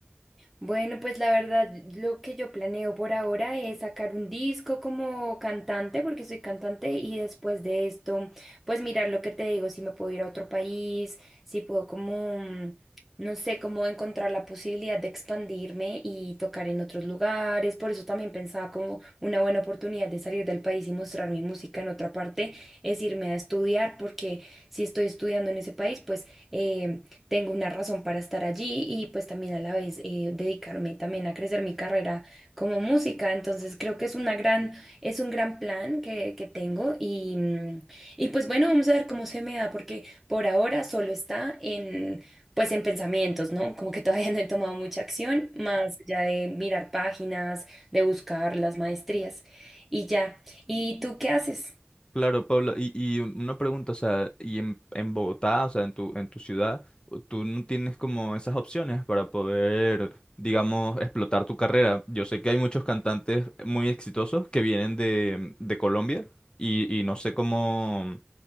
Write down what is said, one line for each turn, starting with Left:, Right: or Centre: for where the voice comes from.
Centre: Bueno, pues la verdad, lo que yo planeo por ahora es sacar un disco como cantante, porque soy cantante, y después de esto, pues mirar lo que te digo, si me puedo ir a otro país, si puedo como, mm, no sé, como encontrar la posibilidad de expandirme y tocar en otros lugares. Por eso también pensaba como una buena oportunidad de salir del país y mostrar mi música en otra parte, es irme a estudiar, porque si estoy estudiando en ese país, pues... em, tengo una razón para estar allí y pues también a la vez eh, dedicarme también a crecer mi carrera como música. Entonces creo que es una gran, es un gran plan que, que tengo y, mm, y pues bueno, vamos a ver cómo se me da porque por ahora solo está en... Pues en pensamientos, ¿no? Como que todavía no he tomado mucha acción, más allá de mirar páginas, de buscar las maestrías y ya. ¿Y tú qué haces?
Left: Claro, Pablo, y, y una pregunta, o sea, y en, en Bogotá, o sea, en tu, en tu ciudad, tú no tienes como esas opciones para poder, digamos, explotar tu carrera. Yo sé que hay muchos cantantes muy exitosos que vienen de, de Colombia y, y no sé cómo.